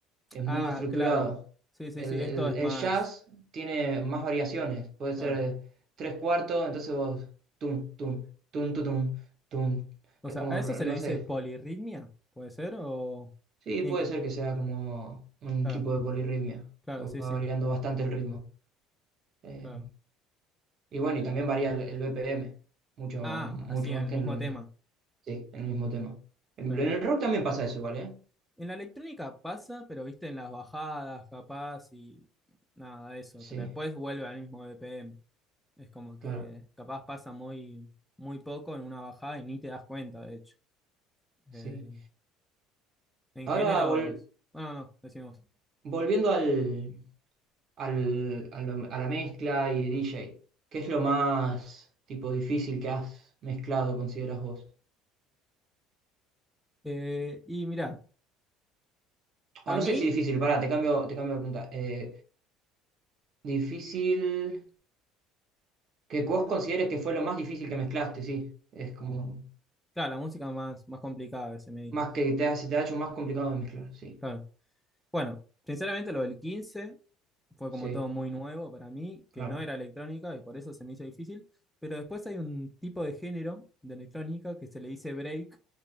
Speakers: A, on the right (about 45°); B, in the centre.
A: es muy
B: Ah,
A: estructurado.
B: claro. Sí, sí,
A: El,
B: sí,
A: el-
B: esto es
A: el
B: más,
A: jazz tiene más variaciones, puede
B: claro.
A: ser tres cuartos, entonces vos. Tum, tum, tum, tum, tum, tum.
B: O
A: Es
B: sea,
A: como,
B: ¿a eso
A: no
B: se le dice
A: sé.
B: polirritmia? ¿Puede ser? ¿O
A: Sí,
B: tiene
A: puede
B: que...
A: ser que sea como un
B: Claro,
A: tipo de polirritmia,
B: claro,
A: que va
B: sí, sí,
A: variando bastante el ritmo. Eh,
B: claro.
A: Y bueno, y también varía el, el BPM, mucho,
B: Ah,
A: mucho
B: así en
A: más
B: el
A: que
B: mismo
A: en el,
B: tema,
A: sí, en el mismo tema. En,
B: claro.
A: en el rock también pasa eso igual, ¿eh?
B: En la electrónica pasa, pero viste en las bajadas, capaz, y nada de eso,
A: Sí,
B: pero después vuelve al mismo BPM. Es como
A: claro,
B: que capaz pasa muy, muy poco en una bajada y ni te das cuenta, de hecho.
A: sí.
B: Eh, en
A: Ahora,
B: géneros,
A: vol-
B: bueno, no, decimos.
A: volviendo al, al, a lo- a la mezcla y DJ, ¿qué es lo más tipo difícil que has mezclado, consideras vos?
B: Eh, y mira, a
A: O no
B: mí,
A: sé si difícil, pará, te cambio, te cambio de pregunta. Eh, difícil, que vos consideres que fue lo más difícil que mezclaste, sí. Es como...
B: claro, la música más, más complicada que se me dice.
A: Más que te, hace te ha hecho más complicado de mezclar, sí,
B: Claro. Bueno, sinceramente lo del 15 fue
A: sí,
B: como todo muy nuevo para mí, que
A: claro.
B: no era electrónica y por eso se me hizo difícil. Pero después hay un tipo de género de electrónica que se le dice break,